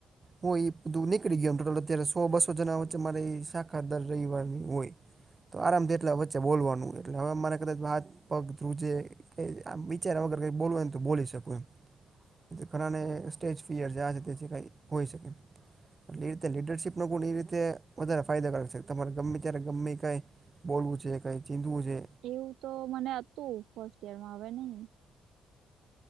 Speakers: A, on the right (about 30°); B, on the right (about 85°).
A: હું એ બધું નીકળી ગયો ટોટલ અત્યારે સો બસો જણા વચ્ચે મારે ઈ શા ખાધર રહીવાની હોય. તો આરામથી એટલે વચ્ચે બોલવાનું એટલે હવે મારે કદાચ વાત પગ ધ્રુજે. આ વિચારમાં વગર કઈ બોલવાન હોયને તો બોલી શકું એમ. ઘરાને સ્ટેજ ફિયર જે આ છે તે છે કઈ હોય શકે. એટલે એ રીતે લીડરશીપ નો ગુણ એ રીતે વધારે. ફાયદાકારક છે. તમારે ગમે ત્યારે ગમે કાંઈ બોલવું છે, કંઈ ચીંધવું છે.
B: એવું તો મને હતું ફર્સ્ટ યરમાં હવે નહિ.